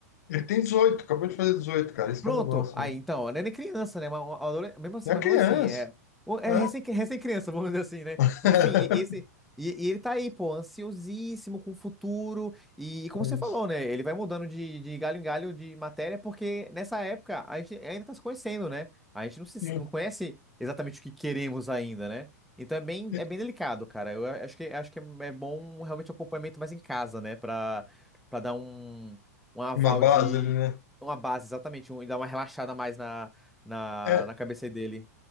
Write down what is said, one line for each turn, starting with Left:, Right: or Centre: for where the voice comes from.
Left: ele tem dezoito acabou de fazer dezoito cara. Isso
Centre: Pronto.
Left: que é o negócio.
Centre: Aí,
Left: né?
Centre: então, não é nem criança, né? Mas, uma uma adole- mesmo assim,
Left: É a
Centre: mas
Left: criança.
Centre: mesmo assim, é, o- é
Left: Né?
Centre: recém, recém-criança, <laughs> vamos dizer assim, né?
Left: <laughs>
Centre: Enfim, e- e esse. E, e ele tá aí, pô, ansiosíssimo com o futuro. E, e como
Left: É
Centre: você
Left: isso.
Centre: falou, né? Ele vai mudando de, de galho em galho de matéria, porque nessa época a gente ainda tá se conhecendo, né? A gente não, se,
Left: E-
Centre: não conhece exatamente o que queremos ainda, né? Então é bem,
Left: e-
Centre: é bem delicado, cara. Eu acho que, acho que é bom realmente o acompanhamento mais em casa, né? Pra, pra dar um, um aval
Left: Uma base ali, né?
Centre: uma base, exatamente, um, e dá uma relaxada mais na, na,
Left: É,
Centre: na cabeça dele.